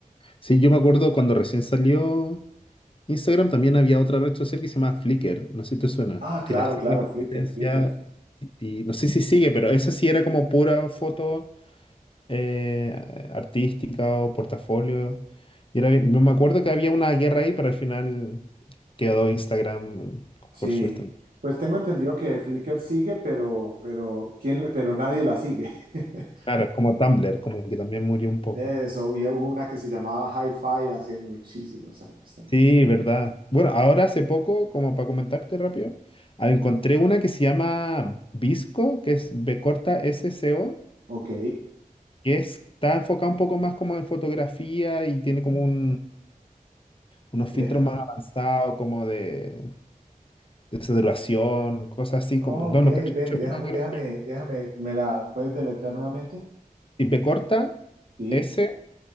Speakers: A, on the left (about 35°); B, on the right (about 85°).
A: Sí, yo me acuerdo cuando recién salió. Instagram también había otra red social que se llama Flickr, no sé si te suena,
B: Ah,
A: que
B: claro,
A: la hacía
B: claro,
A: la competencia
B: Flickr, Flickr.
A: y, y no sé si sigue, pero esa sí era como pura foto eh, artística o portafolio. Y era bien- me acuerdo que había una guerra ahí, pero al final quedó Instagram
B: Sí.
A: por su estrategia.
B: Pues tengo entendido que Flickr sigue, pero, pero, ¿quién, le- pero nadie la sigue. <laughs>
A: Claro, como Tumblr, como que también murió un poco.
B: Eso, y hubo una que se llamaba Hi-Fi hace muchísimos años también.
A: Sí, verdad. Bueno, ahora hace poco, como para comentarte rápido, ah, encontré una que se llama Visco, que es B corta S C O,
B: Ok.
A: que es- está enfocado un poco más como en fotografía y tiene
B: Ah,
A: como un- unos
B: Déjame.
A: filtros más avanzados, como de, de saturación, cosas así
B: Ah,
A: como. No,
B: Ok,
A: no cacho
B: ven, déjame,
A: mucho.
B: déjame, déjame. ¿Me la puedes deletrear nuevamente?
A: Y P corta,
B: Sí,
A: S,